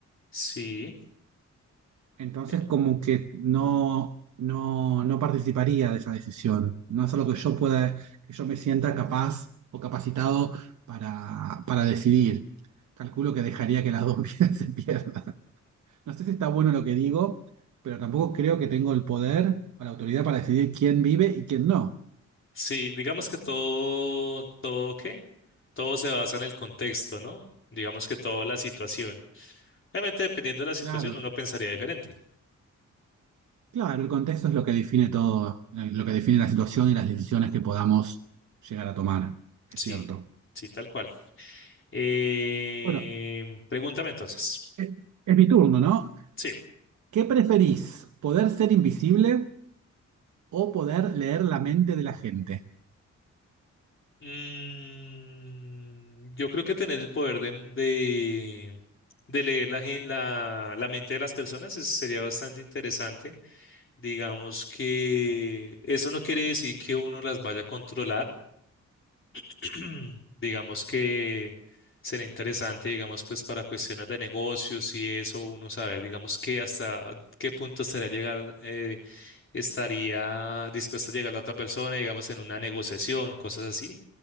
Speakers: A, on the left; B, on the right.
A: Sí,
B: Entonces,
A: eh,
B: como que no, no, no participaría de esa decisión. No es algo que yo pueda, que yo me sienta capaz o capacitado para, para decidir. Calculo que dejaría que las dos <laughs> vidas se pierdan. No sé si está bueno lo que digo, pero tampoco creo que tengo el poder o la autoridad para decidir quién vive y quién no.
A: sí, digamos que todo, todo qué, todo se basa en el contexto, ¿no? Digamos que toda la situación. Obviamente, dependiendo de la situación,
B: Claro,
A: uno pensaría diferente.
B: claro, el contexto es lo que define todo, eh, lo que define la situación y las decisiones que podamos llegar a tomar. Es
A: Sí,
B: cierto.
A: sí, tal cual. Eh,
B: Bueno,
A: pregúntame entonces.
B: es, es mi turno, ¿no?
A: Sí.
B: ¿Qué preferís? ¿Poder ser invisible o poder leer la mente de la gente?
A: Mm, yo creo que tener el poder de, de, de leer la, gen- la, la mente de las personas es- sería bastante interesante. Digamos que eso no quiere decir que uno las vaya a controlar. <clears throat> Digamos que sería interesante, digamos, pues para cuestiones de negocios y eso, uno saber, digamos, que hasta qué punto sería llegar eh, estaría dispuesta a llegar la otra persona, digamos, en una negociación, cosas así,